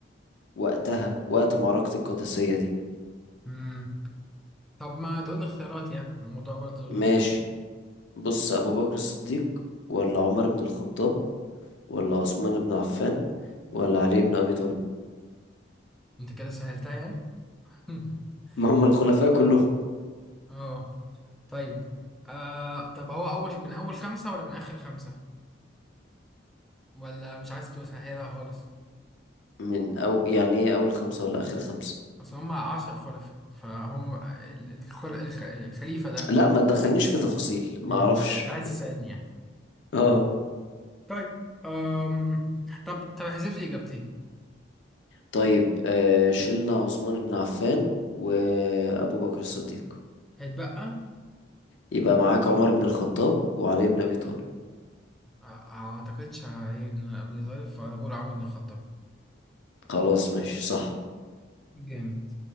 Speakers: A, on the left; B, in the centre.
A: وقتها وقت معركة القادسية دي
B: مم. طب ما تقول لي اختيارات يعني الموضوع برضو
A: ماشي بص أبو بكر الصديق ولا عمر بن الخطاب ولا عثمان بن عفان ولا علي بن أبي طالب
B: انت كده سهلتها يعني <laughs>
A: ما هم الخلفاء كلهم
B: اه طيب آه طب هو اول من اول خمسة ولا من اخر خمسة ولا مش عايز تسهلها خالص
A: من أو يعني إيه أول خمسة ولا آخر خمسة
B: اصل هم عشر خلفاء فهو ال- الخل... الخ... الخليفة ده
A: لا ما تدخلنيش في تفاصيل ما
B: امم
A: أعرفش
B: مش عايز تساعدني يعني
A: اه
B: طيب أم... طب طب احذف لي اجابتين
A: طيب آه شلنا عثمان بن عفان وأبو بكر الصديق
B: هيتبقى
A: يبقى معاك عمر بن الخطاب وعلي بن أبي طالب
B: آه، ما اعتقدش هي- ان ابني ظريف فانا بقول عمرو بن الخطاب
A: خلاص ماشي صح
B: جامد